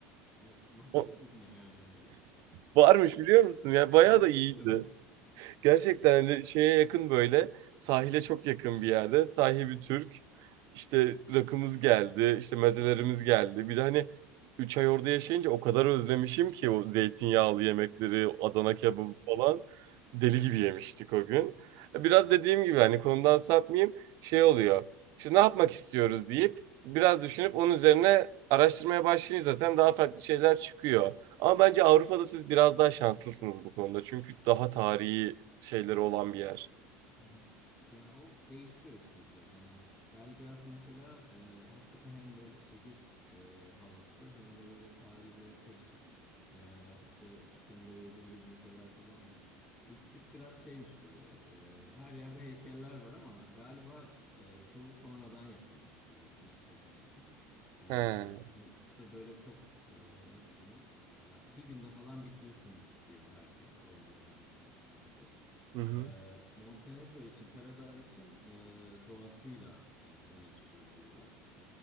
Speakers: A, in the centre; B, on the right.
A: O, nasıl
B: O-
A: buldunuz meyhaneyi?
B: Varmış biliyor musun? Ya bayağı
A: Gerçekten
B: da iyiydi.
A: mi?
B: Gerçekten hani şeye yakın böyle sahile çok yakın bir yerde sahibi Türk işte rakımız geldi işte mezelerimiz geldi bir de hani 3 ay orada yaşayınca o kadar özlemişim ki o zeytinyağlı yemekleri Adana
A: Hı hı.
B: kebabı falan deli gibi yemiştik o gün. Biraz dediğim gibi hani konudan sapmayayım şey oluyor işte ne yapmak istiyoruz deyip biraz düşünüp onun üzerine araştırmaya başlayınca zaten daha farklı şeyler çıkıyor. Ama bence Avrupa'da siz biraz daha şanslısınız bu konuda. Çünkü daha tarihi şeyleri olan bir yer.
A: Hı hı. Ya o değişiyor işte biraz hani Belgrad mesela e, hakikaten hem böyle şehir e, havası hem de böyle tarihle karışık e, işte senin de dediğin gibi müzeler falan var. Üsküp biraz şeymiş böyle e, her yerde heykeller var ama galiba e, çoğu sonradan yapılmış böyle turist çekmek için. E,
B: He.
A: hani Üsküp'e böyle çok e, nasıl diyeyim ya bir günde falan bitirirsiniz diyor herkes sorduğum herkes konuştuğum herkes.
B: Hı hı.
A: Ee, Montenegro için, Karadağ için e, doğasıyla hani öne çıkıyor diyorlar. Ee,